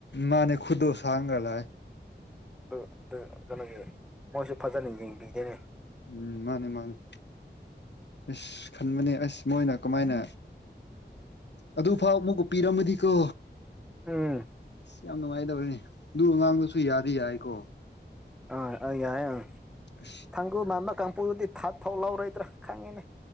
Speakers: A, on the left (about 70°); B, in the centre.
A: ꯃꯥꯅꯦ ꯈꯨꯗꯣ ꯁꯥꯡꯒꯂꯦ
B: ꯎ ꯑꯗꯨ ꯑꯗꯨ ꯀꯩꯅꯣꯒꯤ ꯃꯣꯏꯁꯨꯦ ꯐꯖꯅ ꯌꯦꯡꯕꯤꯗꯦꯅꯦ
A: ꯎꯝ ꯃꯥꯅꯦ ꯃꯥꯅꯤ ꯑꯁ ꯈꯟꯕꯅꯦ ꯑꯁ ꯃꯣꯏꯅ ꯀꯃꯥꯏꯅ ꯑꯗꯨꯐꯥꯎ ꯑꯃꯨꯛ ꯎꯄꯤꯤꯔꯝꯃꯗꯤꯀꯣ
B: ꯎꯝ
A: ꯑꯁ ꯌꯥꯝ ꯅꯨꯡꯉꯥꯏꯗꯕꯅꯤ ꯑꯗꯨ ꯑꯉꯥꯡꯗꯨꯁꯨ ꯌꯥꯗꯤ ꯌꯥꯏꯀꯣ
B: ꯑꯥ ꯌꯥꯏ ꯑ
A: ꯑ
B: ꯀꯥꯡꯒꯨ ꯃꯥꯟꯕ ꯀꯥꯡꯕꯨꯨꯕꯨꯗꯤ ꯊꯠ ꯐꯧ ꯂꯧꯔꯣꯏꯗ꯭ꯔꯥ ꯈꯪꯉꯤꯅꯦ